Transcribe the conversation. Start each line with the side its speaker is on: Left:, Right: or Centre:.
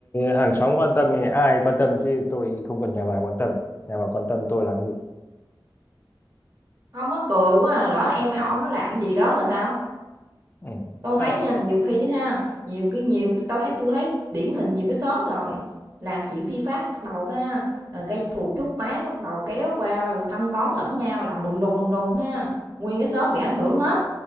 Left: hàng xóm quan tâm thì ai quan tâm chứ tôi không cần nhà bà quan tâm nhà bà quan tâm tôi làm gì
Right: Ông mắc cười quá à, lỡ em ông nó làm gì đó rồi sao?
Left: ừ.
Right: tôi
Left: Đã-
Right: thấy nha, nhiều khi á ha, nhiều cái nhiều tôi thấy tôi thấy điển hình nhiều cái xóm rồi, làm chuyện phi pháp bắt đầu ha, ờ, gây thù chuốc oán, bắt đầu kéo qua rồi thăm toán lẫn nhau, làm đùng đùng, đùng đùng ha, nguyên cái xóm bị ảnh hưởng hết.